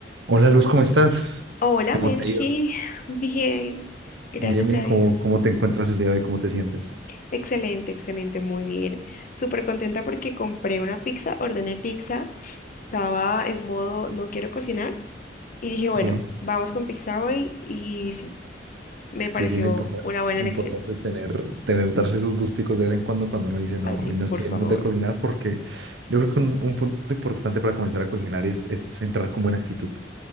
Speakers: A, on the right; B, on the left.
A: Hola Luz,
B: Hol-
A: ¿cómo estás?
B: Hola,
A: ¿Cómo
B: Melky.
A: te ha ido?
B: <sighs> Bien, gracias
A: Bien, bien,
B: a
A: ¿cómo,
B: Dios.
A: cómo te encuentras el día de hoy? ¿Cómo te sientes?
B: Excelente, excelente, muy bien. Súper contenta porque compré una pizza, ordené pizza. Estaba en modo no quiero cocinar y dije,
A: Sí,
B: bueno, vamos con pizza hoy y sí, me pareció
A: sí, sí, es importante,
B: una buena
A: importante
B: elección.
A: tener, tener, darse esos gusticos de vez en cuando cuando uno dice, no,
B: Ay, sí,
A: y no estoy
B: por favor.
A: en el mood de cocinar, porque yo creo que un, un punto importante para comenzar a cocinar es, es entrar con buena actitud.